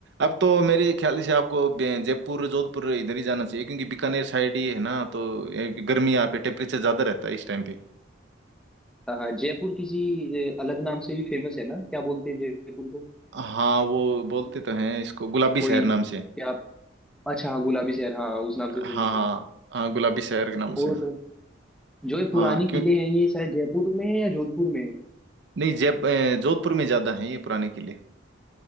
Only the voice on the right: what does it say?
अब तो मेरे ख्याल से आपको बे- जयपुर जोधपुर इधर ही जाना चाहिए क्योंकि बीकानेर साइड ही है ना तो ये भी गर्मी यहाँ पे टेम्परेचर ज़्यादा रहता है इस टाइम पे
हाँ वो बोलते तो हैं इसको गुलाबी
शहर नाम
से
हाँ
हाँ
हाँ गुलाबी शहर के नाम
से
हाँ
क्यों
नहीं जयप अ, जोधपुर में ज्यादा है ये पुराने किले